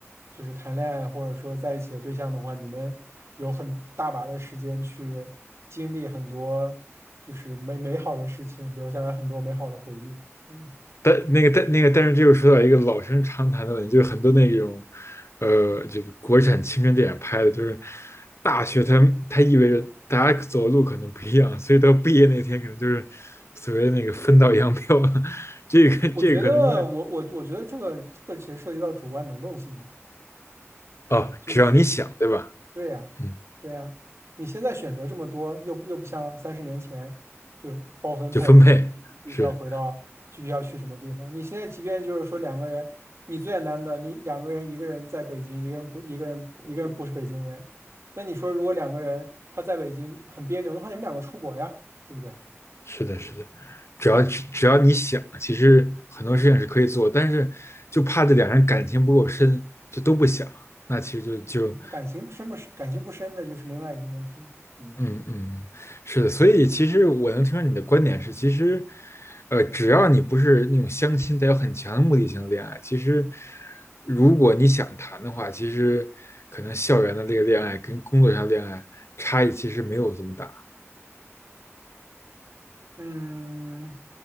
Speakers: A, on the right; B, on the left.
A: 就是谈恋爱或者说在一起的对象的话，你们有很大把的时间去经历很多就是美美好的事情，留下来很多美好的回忆。嗯。
B: 但那个但那个但是这又说到一个老生常谈的问题，就是很多那种呃这个国产青春电影拍的，就是大学它它意味着大家走的路可能不一样，所以到毕业那天可能就是所谓的那个分道扬镳了。<laughs> 这个这个可能跟
A: 我觉得我我我觉得这个这个其实涉及到主观能动性吧，
B: 哦，
A: 啊，就是
B: 只要你想，对吧？
A: 对呀，
B: 嗯。
A: 对呀，你现在选择这么多，又不又不像三十年前就包分配，
B: 就分配是
A: 你必你必须要回到具体要去什么地方。你现在即便就是说两个人，你最简单的，你两个人一个人在北京，一个人不一个人一个人不是北京人，那你说如果两个人他在北京很别扭的话，你们两个出国呀，对不对
B: 是的，是的，只要只要你想，
A: 啊？
B: 其实很多事情是可以做，但是就怕这两人感情不够深，就都不想，那其实就就
A: 你感情深不深，感情不深的就是另外一个问题，嗯。
B: 嗯嗯是的，所以其实我能听出你的观点是，其实呃，只要你不是那种相亲带有很强的目的性的恋爱，其实如果你想谈的话，其实可能校园的这个恋爱跟工作上恋爱差异其实没有这么大，
A: 嗯，